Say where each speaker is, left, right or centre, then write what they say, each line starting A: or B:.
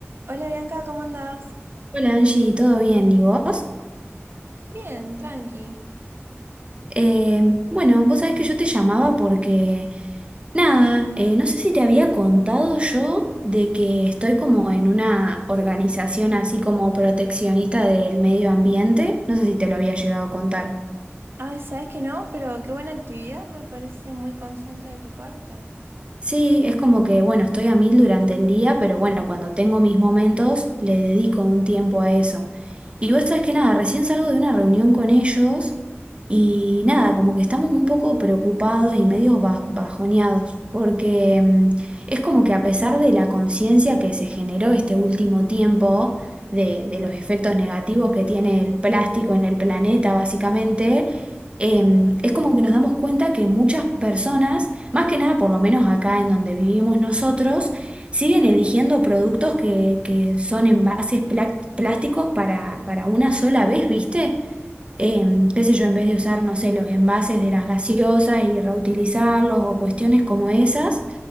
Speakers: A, on the right (about 55°); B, on the right (about 25°).
A: Hola Bianca, ¿cómo andás?
B: Hola Angie, ¿todo bien? ¿Y vos?
A: Bien, tranqui.
B: Eh, bueno, vos sabés que yo te llamaba porque, nada, eh, no sé si te había contado yo de que estoy como en una organización así como proteccionista del medio ambiente, no sé si te lo había llegado a contar.
A: Ay, sabes que no, pero qué buena actividad, me parece muy consciente de tu parte.
B: Sí, es como que, bueno, estoy a mil durante el día, pero bueno, cuando tengo mis momentos, le dedico un tiempo a eso. Y vos sabés que nada, recién salgo de una reunión con ellos y nada, como que estamos un poco preocupados y medio ba- bajoneados, porque mm, es como que a pesar de la conciencia que se generó este último tiempo, de, de los efectos negativos que tiene el plástico en el planeta, básicamente, em, es como que nos damos cuenta que muchas personas más que nada, por lo menos acá en donde vivimos nosotros, siguen eligiendo productos que, que son envases plac- plásticos para, para una sola vez, ¿viste? Em, qué sé yo, en vez de usar, no sé, los envases de las gaseosas y reutilizarlos o cuestiones como esas.